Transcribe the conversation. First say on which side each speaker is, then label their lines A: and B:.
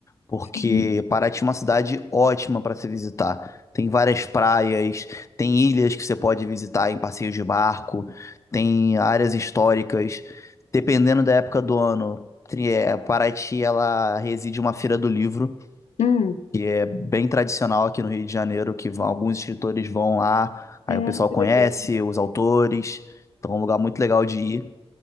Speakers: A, on the left; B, on the left.
A: porque
B: sim.
A: Paraty é uma cidade ótima para se visitar. Tem várias praias, tem ilhas que você pode visitar em passeios de barco, tem áreas históricas. Dependendo da época do ano, Tri- é, Paraty ela reside uma feira do livro
B: Hum,
A: que é bem tradicional aqui no Rio de Janeiro, que vão- alguns escritores vão lá, aí
B: ah,
A: o pessoal
B: que
A: conhece
B: legal.
A: os autores, então é um lugar muito legal de ir.